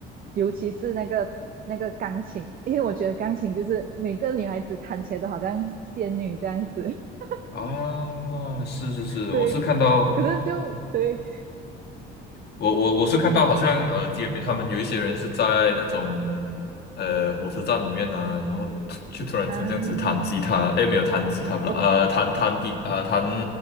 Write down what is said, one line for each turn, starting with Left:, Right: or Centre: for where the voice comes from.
Right: 尤其是那个。那个钢琴，因为我觉得钢琴就是每个女孩子弹起来都好像仙女这样子，<laughs>
Left: 啊，是是是，
Right: 对。
Left: 我是看到
Right: 可是就对，
Left: 我我我是看到好像呃街边他们有一些人是在那种
Right: 嗯，
Left: 呃火车站里面啊，然后 <laughs> 就突然间这样子弹吉他，
Right: 啊，
Left: 诶，没有弹吉他不啦，
Right: 哇，
Left: 呃，弹弹吉啊、呃、弹